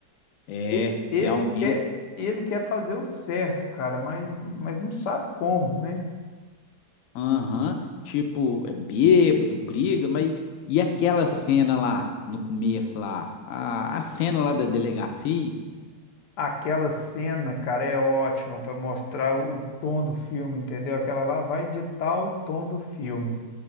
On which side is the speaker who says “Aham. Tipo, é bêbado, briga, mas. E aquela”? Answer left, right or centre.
Left